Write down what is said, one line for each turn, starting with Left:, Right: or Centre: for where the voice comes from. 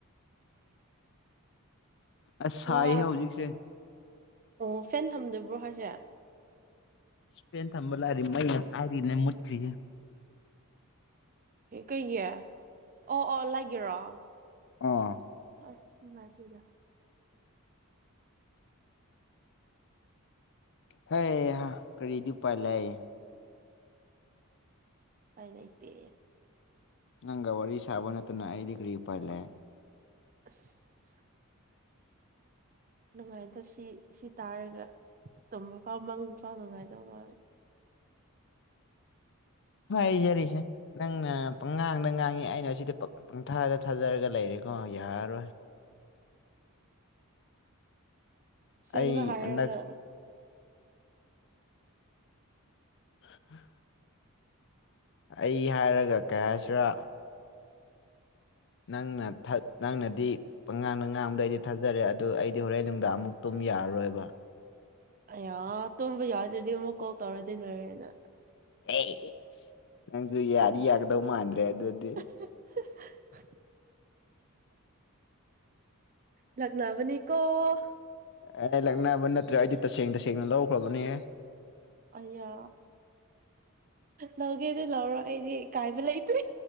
Left: ꯑꯁ ꯁꯥꯏꯌꯦ
Right: ꯋꯥ
Left: ꯍꯧꯖꯤꯛꯁꯦ
Right: ꯑꯣ ꯐꯦꯟ ꯊꯝꯗꯕ꯭ꯔꯣ ꯍꯥꯏꯁꯦ
Left: ꯐꯦꯟ ꯊꯝꯕꯂꯥꯔꯤ ꯃꯩ ꯉꯁꯥꯏꯗꯩꯅꯦ ꯃꯨꯠꯈ꯭ꯔꯤꯁꯦ
Right: ꯀꯩꯒꯤ ꯑꯣ ꯑꯣ ꯂꯩꯒꯦꯔꯣ
Left: ꯑꯣ
Right: ꯑꯁ ꯏꯃꯥꯏ ꯄꯦꯝꯃꯥ
Left: ꯍꯦꯍꯥ ꯀꯔꯤꯗꯤ ꯎꯄꯥꯏ ꯂꯩ
Right: ꯎꯄꯥꯏ ꯂꯩꯇꯦ
Left: ꯅꯪꯒ ꯋꯥꯔꯤ ꯁꯥꯕ ꯅꯠꯇꯅ ꯑꯩꯗꯤ ꯀꯔꯤ ꯎꯄꯜ ꯂꯩ
Right: ꯑꯁ ꯅꯨꯡꯉꯥꯏꯕ ꯁꯤ ꯁꯤ ꯇꯥꯔꯒ ꯇꯨꯝꯕꯥꯎ ꯃꯪ ꯐꯥꯎ ꯅꯨꯡꯉꯥꯏꯗꯧ ꯃꯥꯜꯂꯦ
Left: <inaudible> ꯅꯪꯅ ꯄꯪꯉꯥꯡꯗ ꯉꯥꯡꯉꯤ ꯑꯩꯅ ꯁꯤꯗ ꯄꯪꯊꯥꯗ ꯊꯥꯖꯔꯒ ꯂꯩꯔꯦꯀꯣ ꯌꯥꯔꯣꯏ
Right: ꯑꯁꯦꯡꯕ
Left: ꯑꯩ
Right: ꯍꯥꯏꯔꯒ
Left: ꯑꯗꯛ <inaudible> ꯑꯩ ꯍꯥꯏꯔꯒ ꯀꯌꯥ ꯍꯥꯏꯁꯤꯔ ꯅꯪꯅ ꯊꯛ ꯅꯪꯅꯗꯤ ꯄꯉꯥꯡꯅ ꯉꯥꯡꯕꯗ ꯑꯩꯗꯤ ꯊꯥꯖꯔꯦ ꯑꯗꯨ ꯑꯩꯗꯤ ꯍꯣꯔꯦꯟ ꯅꯨꯡꯗꯥꯡ ꯑꯃꯨꯛ ꯇꯨꯝ ꯌꯥꯔꯔꯣꯏꯕ
Right: ꯑ ꯇꯨꯝꯕ ꯌꯥꯎꯗ꯭ꯔꯗꯤ ꯑꯃꯨꯛ ꯀꯥꯎꯜ ꯇꯧꯔꯗꯤ ꯂꯣꯏꯔꯦꯅ
Left: ꯑꯦ ꯅꯪꯁꯨ ꯌꯥꯔꯤ ꯌꯥꯒꯗꯧ ꯃꯥꯟꯗ꯭ꯔꯦ ꯑꯗꯨꯗꯤ
Right: <unintelligible> ꯂꯛꯅꯕꯅꯤꯀꫭ
Left: ꯑꯦ ꯂꯛꯅꯕ ꯅꯠꯇ꯭ꯔꯦ ꯑꯩꯗꯤ ꯇꯁꯦꯡ ꯇꯁꯦꯡꯅ ꯂꯧꯈ꯭ꯔꯕꯅꯦꯍ
Right: ꯑꯌꯥ ꯂꯧꯒꯦ ꯑꯗꯨ ꯂꯧꯔꯣ ꯑꯩꯗꯤ ꯏ ꯀꯥꯏꯕ ꯂꯩꯇ꯭ꯔꯦ